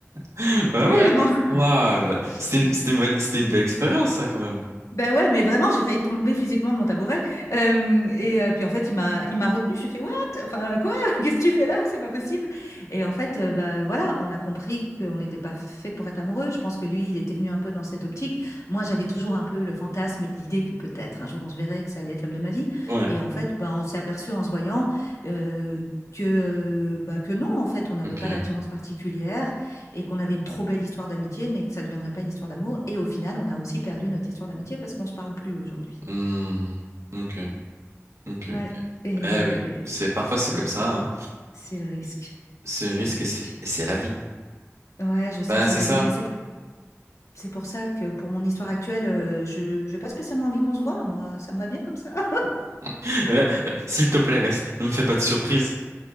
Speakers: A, on the right; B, on the left.
A: <laughs> Bah
B: Et
A: oui.
B: vraiment, <laughs>
A: Waouh. bah,
B: j'ai
A: C'était une, c'était une bonne- c'était une belle expérience, ça, quand même.
B: Ben ouais, mais vraiment, j'ai failli tomber physiquement de mon tabouret, hem et heu, puis en fait, il m'a il m'a retenue. J'ai fait: «What? Enfin, quoi? <laughs> Qu'est-ce que tu fais là? C'est pas possible!» et en fait, heu, bah, voilà, on a compris qu'on n'était pas fait pour être amoureux. Je pense que lui, il était venu un peu dans cette optique. Moi, j'avais toujours un peu le fantasme et l'idée que peut-être un jour on se verrait et que ça allait être l'homme de ma vie
A: Ouais.
B: et en fait, bah, on s'est aperçu en se voyant, heu, que, heu, bah, que non, en fait, on n'avait
A: Ok.
B: pas d'attirance particulière, et qu'on avait une trop belle histoire d'amitié, mais que ça ne deviendrait pas une histoire d'amour. Et au final, on a aussi perdu notre histoire d'amitié parce qu'on ne se parle plus aujourd'hui.
A: Hmm. Ok. Ok.
B: Ouais,
A: Ok.
B: et
A: Eh oui. C'est, parfois, c'est
B: ouais,
A: comme ça, hein.
B: c'est le risque.
A: C'est
B: C'est
A: risque
B: le risque.
A: et c'est et c'est la vie.
B: Ouais, je sais,
A: Ben,
B: c'est
A: c'est
B: la
A: ça.
B: vie. Mais c'est pour, c'est pour ça que pour mon histoire actuelle, euh, je n'ai pas spécialement envie qu'on se voit. Moi, ça me va bien comme ça. <laughs>
A: <laughs> Re- re- S'il te plaît, reste. Ne me fais pas de surprise.